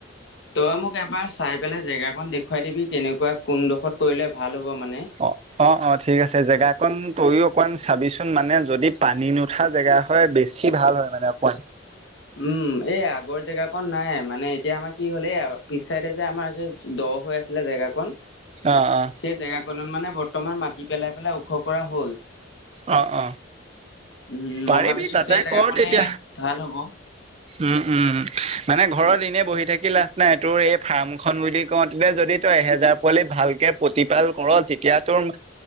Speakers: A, on the left; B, on the right.
A: তই মোক এবাৰ চাই পেলাই জেগা কন দেখুৱাই দিবি কেনেকুৱা কোনডোখত কৰিলে ভাল হ'ব। মানে।
B: অ, অ, অ ঠিক আছে জেগাত। অকণ তইও অকমান চাবিচোন মানে যদি পানী নুঠা জেগা হয় বেছি ভাল হয় মানে অকমান।
A: উম, এ আগৰ জেগাকন নাই মানে, এতিয়া আমাৰ কি হ'ল এই পিছ চাইড যে আমাৰ দ ব্লক হৈ আছিলে জেগাকন।
B: অ', অ',
A: সেই জেগাকনত মানে বৰ্তমান মাটি পেলাই- পেলাই ওখ কৰা হ'ল।
B: অ -অ
A: উম,
B: পাৰিবি
A: মই ভাবিছো
B: তাতে
A: সেই জেগা
B: কৰ
A: কনে
B: তেতিয়া
A: ভাল হ'ব।
B: উম, উম মানে ঘৰত এনে বহি থাকি লাভ নাই। তোৰ এই ফাৰ্ম খন বুলি কওঁতে যদি তই তই এহেজাৰ পোৱালি ভালকে পতি পালন কৰ, তেতিয়া টোৰ